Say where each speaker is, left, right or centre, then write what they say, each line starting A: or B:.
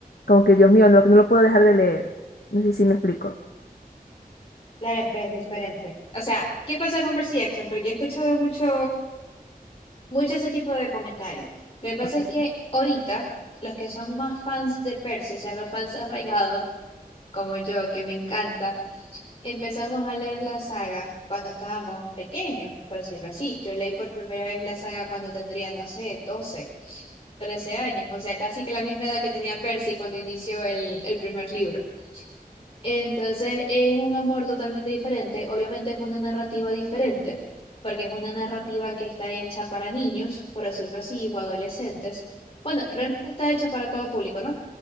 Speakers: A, on the left (about 80°); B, on the left (about 40°).
A: como que Dios mío, no, no lo puedo dejar de leer. No sé si me explico.
B: Claro, pero es diferente. O sea, ¿qué pasa con Percy Jackson? Porque he escuchado mucho, mucho ese tipo de comentarios. Lo que pasa
A: Ok.
B: es que ahorita, los que son más fans de Percy, o sea, los fans arraigados, como yo, que me encanta, empezamos a leer la saga cuando estábamos pequeños, por decirlo así. Yo leí por primera vez la saga cuando tendría, no sé, 12. 13 años, o sea, casi que la misma edad que tenía Percy cuando inició el, el primer libro. Entonces es un amor totalmente diferente, obviamente es una narrativa diferente, porque es una narrativa que está hecha para niños, por decirlo así, o adolescentes. Bueno, realmente está hecha para todo público, ¿no?